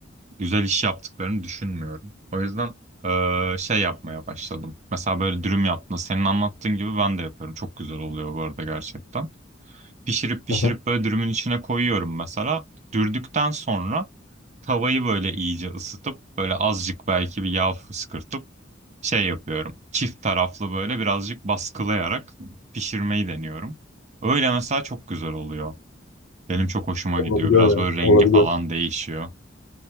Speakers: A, on the right; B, on the left.
A: Güzel iş yaptıklarını düşünmüyorum. O yüzden e, şey yapmaya başladım. Mesela böyle dürüm yaptığında senin anlattığın gibi ben de yapıyorum. Çok güzel oluyor bu arada gerçekten pişirip pişirip
B: Hı hı.
A: böyle dürümün içine koyuyorum mesela. Dürdükten sonra tavayı böyle iyice ısıtıp böyle azıcık belki bir yağ fışkırtıp şey yapıyorum. Çift taraflı böyle birazcık baskılayarak pişirmeyi deniyorum. Öyle mesela çok güzel oluyor. Benim çok hoşuma
B: Olabiliyor
A: gidiyor. Biraz böyle
B: yani.
A: rengi
B: Olabiliyor.
A: falan değişiyor.